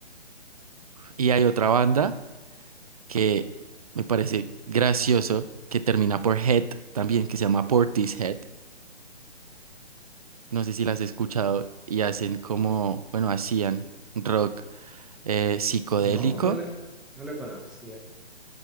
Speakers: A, on the right; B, in the centre.
A: Y hay otra banda. que me parece gracioso, que termina por Head también, que se llama Portishead. No sé si las has escuchado y hacen como, bueno, hacían rock eh, psicodélico.
B: No, no la, no la conocía. A